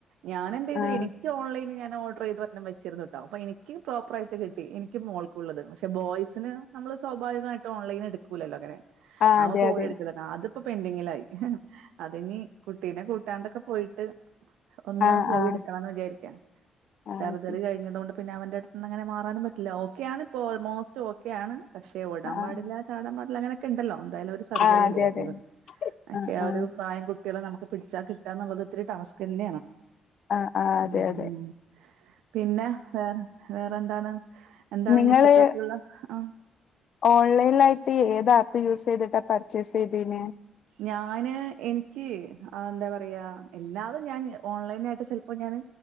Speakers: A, on the right; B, on the left.
A: ഞാന് എന്തേയ്യ്തു
B: ആഹ്
A: എനിക്ക് ഓൺലൈന് ഓർഡർ ചെയ്ത് <unintelligible> വെച്ചിരുന്നുട്ടോ അപ്പൊ എനിക്ക് പ്രോപ്പറായിട്ട് കിട്ടി എനിക്ക് മോൾക്കുള്ളത് പക്ഷെ ബോയ്സിന് നമ്മള് സ്വാഭാവികമായിട്ട് ഓൺലൈൻ എടുക്കൂല്ലാല്ലോ അങ്ങനെ
B: ആഹ്
A: അവൻ
B: അതെ
A: പോയി
B: അതെ
A: <unintelligible> ഇപ്പൊ പെനപെന്റിങ്ങി അതിനി കുട്ടീനെ കൂട്ടാണ്ടൊക്കെ പോയിട്ട് ഒന്ന്
B: ആഹ്
A: പോയി
B: ആഹ്
A: എടുക്കണംന്ന് വിചാരിക്കാ
B: ആഹ്
A: സർജറി
B: ഓക്കെ
A: കഴിഞ്ഞതോണ്ട് പിന്നെ അവന്റെ അടുത്ന്ന് അങ്ങനെ മാറാനും പറ്റില്ല ഓക്കെ ആണ് ഇപ്പോ ഓൾമോസ്റ്റ് ഓക്കെയാണ് പക്ഷെ ഓടാൻ
B: ആഹ്
A: പാടില്ല ചാടാൻ പാടില്ല കിണ്ടല്ലോ എന്തായാലും ഒരു സർജറി
B: ആഹ് അതെ
A: അല്ലേ
B: അതെ
A: <unintelligible>
B: ആഹ്
A: അവര്
B: ആഹ്
A: പ്രായം കു കുട്ടികളെ നമുക്ക് പിടിച്ചാ കിട്ടാന്നുള്ളത് ഒത്തിരി ടാസ്ക് തന്നെയാണ്
B: ആഹ് ആഹ് അതെ
A: ഉം
B: അതെ
A: ഉം പിന്നെ വേറെ വേറെ പ്പ എന്താണ് എന്താണ്
B: നിങ്ങള്
A: ഇനി ഉച്ചക്കത്തേക്കുള്ള ആ
B: ഓൺലൈലായിട്ട് ഏത് ആപ്പ് യൂസ്ചെത പർച്ചേസ് യ്യ്തേനെ
A: ഞാന് എനിക്ക് അ എന്താ പറയാ എല്ലാതും ഞാൻ ഓൺലൈനായിട്ട് ചിലപ്പോ ഞാന്